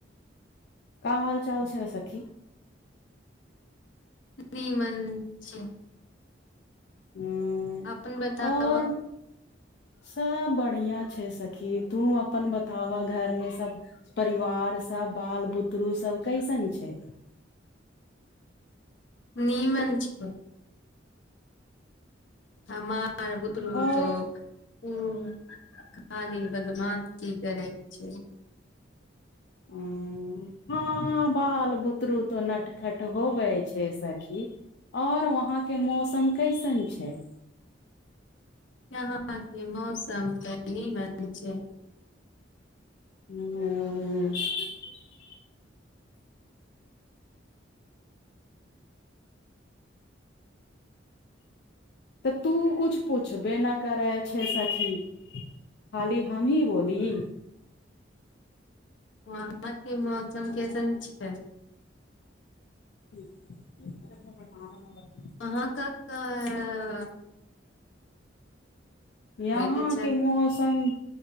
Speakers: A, on the left; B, on the left.
A: का हाल चाल छै सखी
B: निमन छै
A: उं
B: अपन बताब
A: और सब बढ़िआ छै सखी तू अपन बताव घरमें सब परिवार सब बाल बुतरु सब कैसन छै
B: नीमन छै हमार बुतरू
A: और
B: त उ खाली बदमाश सी करै छियै
A: ह हँ बाल बुतरू तऽ नटखट होबै छै सखी आओर वहाँके मौसम कइसन छै
B: यहाँके मौसम त नीमन छै
A: हू तऽ तू कुछ पूछबे न करै छैे सखी खाली हम ही बोली
B: वहां के मौसम कइसन छै
A: आनन्द ल
B: अहाँके तऽ
A: यहाँके
B: त छै
A: मौसम